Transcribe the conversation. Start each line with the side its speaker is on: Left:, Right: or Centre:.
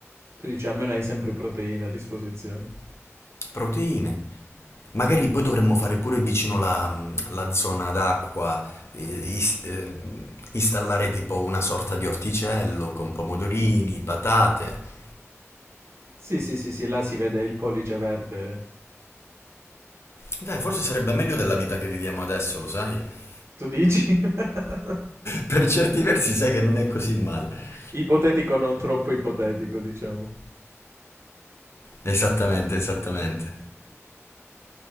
Right: Tu dici, almeno hai sempre proteine a disposizione.
Left: Proteine. Magari poi dovremmo fare pure vicino la, mm, la zona d'acqua, eh, is- eh, installare tipo una sorta di orticello con pomodorini, patate.
Right: Sì, sì, sì, sì, là si vede il pollice verde.
Left: Dai, forse sarebbe meglio della vita che viviamo adesso, lo sai?
Right: Tu dici? <laughs>
Left: Per certi versi sai che non è così male.
Right: Ipotetico, non troppo ipotetico, diciamo.
Left: Esattamente, esattamente.